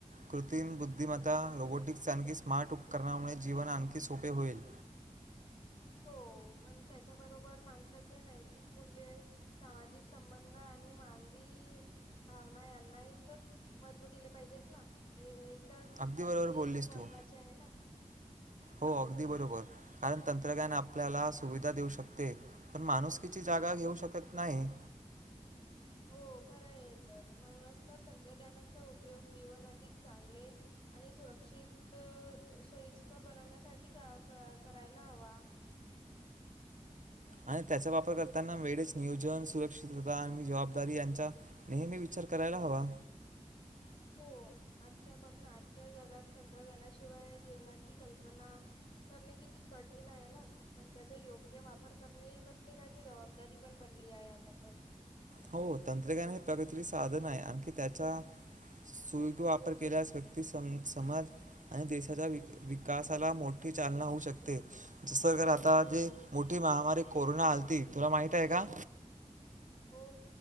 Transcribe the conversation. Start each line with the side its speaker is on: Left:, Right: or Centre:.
Right: कृतिम बुद्धिमत्ता रोबोटिक्स आणखी स्मार्ट उपकरणामुळे जीवन आणखी सोपे होईल.
Left: हो पण त्याच्याबरोबर माणसाचे नैतिक मूल्य. सामाजिक संबंध आणि मानवी भावना यांनाही तर महत्त्व दिले पाहिजेत ना. हे ही. तर
Right: अगदी बरोबर
Left: किती
Right: बोललीस
Left: महत्त्वाचे
Right: तू.
Left: आहे ना.
Right: हो अगदी बरोबर कारण तंत्रज्ञान आपल्याला सुविधा देऊ शकते. पण माणुसकीची जागा घेऊ शकत नाही.
Left: हो खरं आहे तर. म्हणूनच तर तंत्रज्ञानाचा उपयोग जीवन अधिक चांगले आणि सुरक्षित सोयीस्कर बनवण्यासाठी करायला हवा.
Right: आणि त्याचा वापर करताना वेळेच नियोजन, सुरक्षितता आणि जबाबदारी यांचा नेहमी विचार करायला हवा.
Left: हो आजच्या, बघ ना, आजच्या जगात तंत्रज्ञानाशिवाय जीवनाची कल्पना करणे किती कठीण आहे ना. पण त्याचा योग्य वापर करणे ही प्रत्येकाची जबाबदारी पण बनली आहे आता तर.
Right: हो तंत्रज्ञान हे प्रगतीचे साधन आहे. आणखी त्याचा सुविवापर केल्यास व्यक्ती समाज आणि देशाच्या विकासाला मोठी चालना होऊ शकते. जसं की आता
Left: हो
Right: जे मोठी महामारी कोरोना आलती. तुला माहित आहे का?
Left: हो.